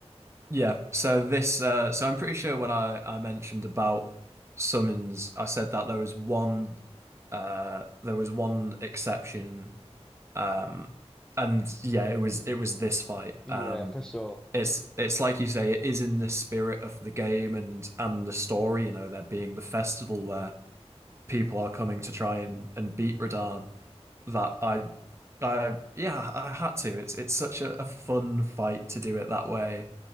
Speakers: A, on the right; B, in the centre.
A: Yeah, so this uh so I'm pretty sure when I I mentioned about summons, I said that there was one uh there was one exception um and yeah, it was it was this fight.
B: Yeah,
A: Um
B: for sure.
A: it's it's like you say it is in the spirit of the game and and the story, you know, there being the festival where people are coming to try and and beat Radahn that I I yeah, I had to. It's it's such a, a fun fight to do it that way.